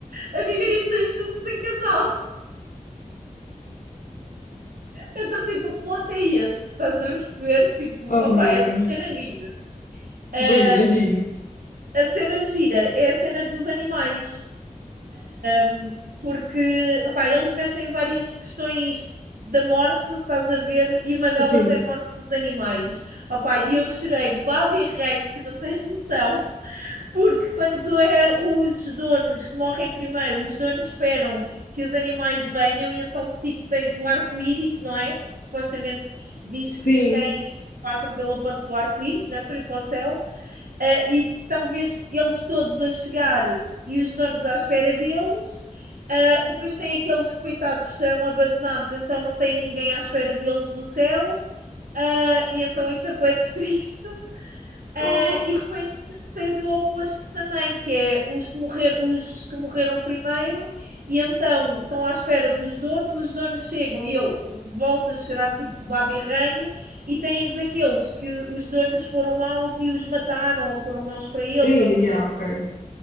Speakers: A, on the right; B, on the left.
A: a viverem os dois juntos em casal. <laughs> Então, tipo, o plot é este, estás a perceber? Tipo,
B: oh
A: opá,
B: meu Deus,
A: é de morrer a rir. Uh,
B: depois imagino.
A: a cena gira é a cena dos animais. Um, porque opá, eles mexem em várias questões da morte, estás a ver, e uma delas
B: Sim,
A: é a morte dos animais. Opá, e eu chorei baba e ranho, tu não tens noção, <laughs> porque quando é os donos que morrem primeiro, os donos esperam que os animais venham e então, tipo, tens o arco-íris, não é? Porque supostamente diz
B: sim.
A: que os cães passam pela ponte do arco-íris, não é? Para ir para o céu. Ah, e talvez eles todos a chegar e os donos à espera deles. Ah, depois tem aqueles que, coitados, são abandonados, então não tem ninguém à espera deles no céu. Ah, e então isso é bué de triste. Eh,
B: Oh.
A: e depois tens o oposto também, que é os que, morrer, os que morreram primeiro, e então estão à espera dos donos, os donos chegam e eu volto a chorar tipo babirranho, e tens aqueles que os donos foram maus e os mataram, ou foram maus para eles,
B: Aí,
A: ou os aban-
B: yeah, ok.